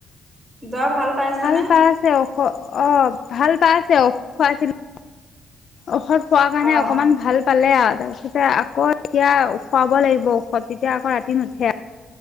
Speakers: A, on the right (about 20°); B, on the left (about 60°).
A: জ্বৰ পাইছেনে
B: ভাল পাই আছে ঔষদ অ', ভাল পাইছে ঔষদ খুৱাইছিলোঁ। ঔষধ খোৱাৰ কাৰণে
A: অ
B: অকমান ভাল পালে আৰু। তাৰপিছতে আকৌ এতিয়া খুৱাব লাগিব ঔষধ তেতিয়া আকৌ ৰাতি নুঠে।